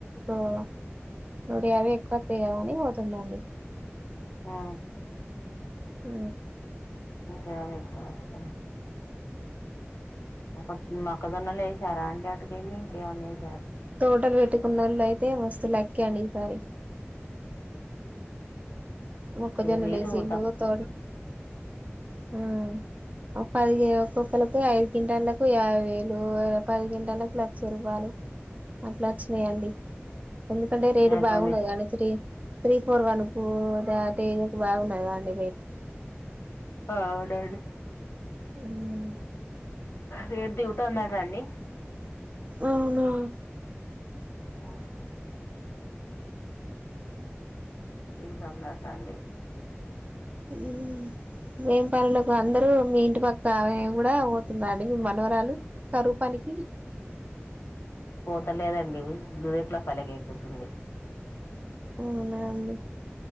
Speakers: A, on the right; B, on the left.
A: ో నుడు అవి ఎక్కువతాయి కదా అని పోతుందండి
B: ఆ
A: ఓ
B: కవ ఇ వస్త ఒక మొక్కజోన్నలు వేసారా అండి అటుకెళ్ళి ఇంకేమన్నా వా
A: తోటలు పెట్టుకున్న వాళ్ళు అయితే మస్తు లక్కీ అండి ఈసారి ఒక్కదాన్నే
B: రేటు
A: లేసి ఇల్లు
B: తక్కువ
A: ఊక్త హ్మ్మ్ ఒక్కటే ఒక్కొక్కరికి ఐదు క్వింటాలకు యాభ వేలు పది క్వింటాలకు చెరుగాళ్లు అట్లా వచ్చినాయండి ఎందుకంటే రేటు
B: మిరప
A: బాగున్నది
B: మిర్చి
A: కానీ three three four one two అ <unintelligible> బాగున్నది కాదండి రేటు
B: ఆ డాడీ
A: హ్మ్మ్
B: రేటు దిగుతాందా అండి
A: అవునా
B: హ్మ్మ్ ఇవితందాటా అండి
A: హ్మ్మ్ ఏం పన్లాక్ అందరుూ మీ ఇంటి పక్కన ఆమె కూడా పోతుందా అండి మీ మనవరాలు కరువు పనికి
B: పోతలేదండి దురేట్లా పలగేక్కుతుంది
A: అవునా అండి